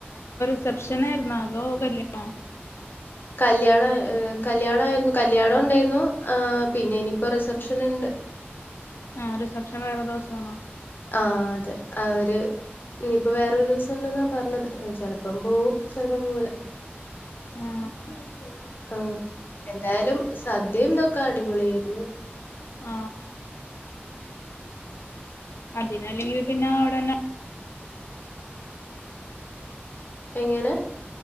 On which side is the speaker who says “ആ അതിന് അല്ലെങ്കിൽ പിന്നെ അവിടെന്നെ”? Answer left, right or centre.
Left